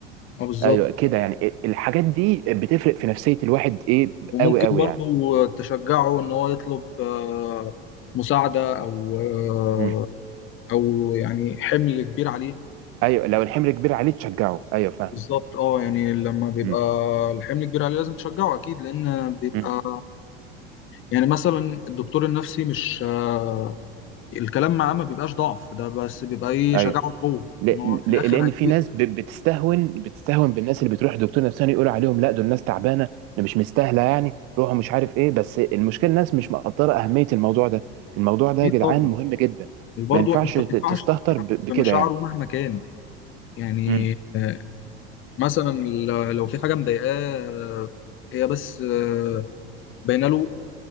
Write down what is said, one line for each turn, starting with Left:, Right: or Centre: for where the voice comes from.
Left: اه بالظبط
Right: ايوه كده يعني إيه، الحاجات دي بتفرق في نفسية الواحد ايه
Left: وممكن
Right: قوي قوي
Left: برضو
Right: يعني
Left: تشجعه ان هو يطلب آه، مساعدة او آه،
Right: مم.
Left: او يعني حمل كبير عليه
Right: ايوه لو الحمل كبير عليه تشجعه ايوه فاهمك
Left: بالظبط اه يعني لما بيبقى
Right: مم.
Left: الحمل كبير عليه لازم تشجعه اكيد لان بيبقى
Right: مم.
Left: يعني مثلا الدكتور النفسي مش آه، الكلام معاه ما بيبقاش ضعف ده بس بيبقى ايه
Right: ايوه
Left: شجاعه وقوة
Right: ل...
Left: ان هو في
Right: ل...
Left: الاخر
Right: لان
Left: هيفيدك
Right: في ناس ب... بتستهون بتستهون بالناس اللي بتروح لدكتور نفساني يقولوا عليهم لا دول ناس تعبانه ده مش مستاهله يعني روحوا مش عارف ايه بس المشكله الناس مش مقدره اهميه الموضوع ده الموضوع ده يا
Left: اكيد
Right: جدعان
Left: طبعا
Right: مهم جدا
Left: وبرضو
Right: ما ينفعش
Left: انت ما
Right: ت-
Left: ينفعش
Right: تستهتر
Left: تستهتر
Right: ب... بكده
Left: بمشاعره
Right: يعني
Left: مهما كان يعني
Right: امم
Left: آه، مثلا ال- لو في حاجه مضايقاه هي بس آه، باينه له